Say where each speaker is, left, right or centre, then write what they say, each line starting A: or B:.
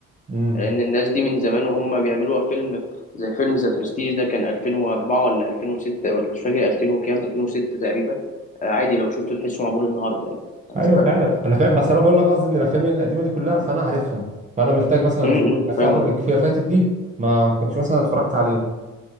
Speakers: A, on the right; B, on the left.
A: امم
B: لان الناس دي من زمان وهم بيعملوها فيلم زي فيلم ذا برستيج ده كان 2004 ولا 2006 ولا مش فاكر 2000 وكام 2006 تقريبا آه، عادي لو شفته تحسه معمول النهارده يعني
A: ايوه
B: مش فارقه
A: فعلا انا فاهم بس انا بقول لك قصدي ان الافلام القديمه دي كلها فانا عارفها فانا محتاج مثلا
B: امم
A: في الفتره
B: فاهم
A: اللي
B: قصدي
A: فيها فاتت دي ما كنتش مثلا اتفرجت عليه